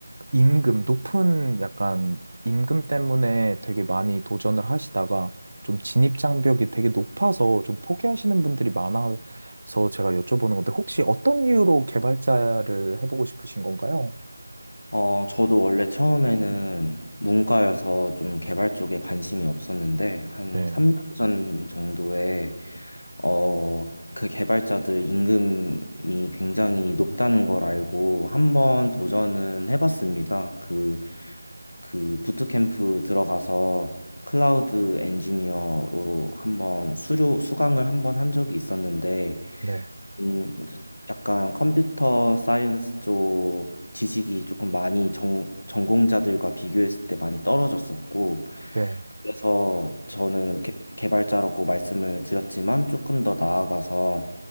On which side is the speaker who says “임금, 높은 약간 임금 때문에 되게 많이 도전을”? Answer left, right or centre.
Right